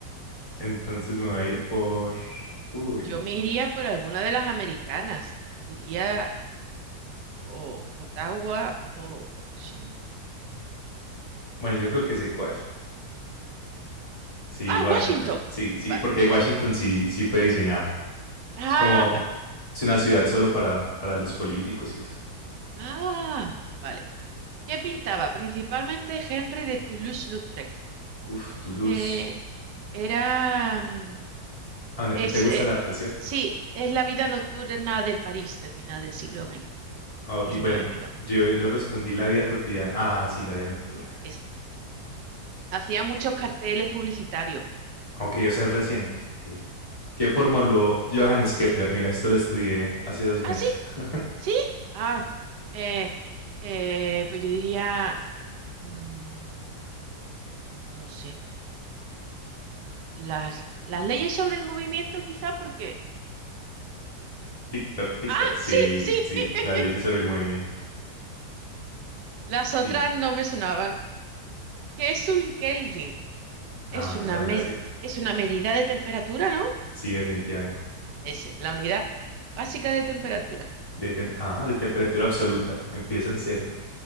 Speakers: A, on the left; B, on the right.
A: Entonces me voy a ir por... Uy.
B: yo me iría por alguna de las americanas. Diría o Ottawa o Washington.
A: Bueno, yo creo que sé cuál. Sí,
B: Ah,
A: Washington.
B: Washington.
A: Sí, sí,
B: Vale.
A: porque Washington sí, sí fue diseñada.
B: Ah,
A: Es como,
B: vale.
A: es una ciudad solo para, para los políticos y eso.
B: Ah, vale. ¿Qué pintaba? Principalmente Henry de Toulouse-Lautrec.
A: Uf, Toulouse.
B: Eh, era. mm,
A: Aún a
B: Es,
A: ti te gusta
B: eh,
A: el arte, ¿cierto?
B: sí, es la vida nocturna de París del final del siglo XX,
A: Ah, Ok,
B: XIX,
A: bueno,
B: perdón.
A: yo, yo respondí la vida cotidiana. Ah, sí, la vida nocturna.
B: Esa. Hacía muchos carteles publicitarios.
A: Ok, o sea, es reciente. ok. ¿Qué formuló Johannes Kepler? Mira, esto lo estudié hace dos meses.
B: Ah, sí,
A: <laughs>
B: sí. Ah, eh, eh, pues yo diría. mm, no sé. Las, las leyes sobre el movimiento, quizá, porque.
A: TikTok, TikTok.
B: Ah,
A: Sí,
B: sí, sí.
A: sí,
B: <laughs>
A: las leyes sobre el movimiento.
B: Las
A: Sí.
B: otras no me sonaban. ¿Qué es un Kelvin?
A: Ah,
B: Es
A: bueno,
B: una
A: esa me
B: med-
A: la sé.
B: es una medida de temperatura, ¿no?
A: Sí, definitivamente.
B: Es la unidad básica de temperatura.
A: De tem- Ajá, de temperatura absoluta. Empieza en cero.